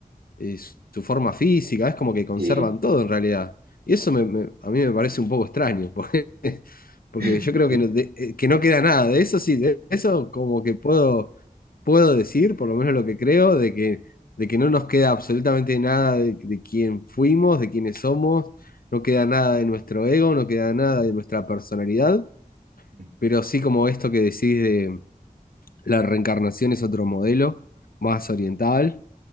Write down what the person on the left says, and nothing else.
eh, su forma física, es como que conservan
todo en realidad. Y eso me- me- a mí me parece un poco extraño, porque, <laughs> porque
yo creo
que no, de- eh, que no queda nada. De eso sí, de eso como que puedo, puedo decir, por lo menos lo que creo, de que, de que no nos queda absolutamente nada de, de quién fuimos, de quiénes somos, no queda nada de nuestro ego, no queda nada de nuestra personalidad,
pero sí como esto que decís de la reencarnación es otro modelo más oriental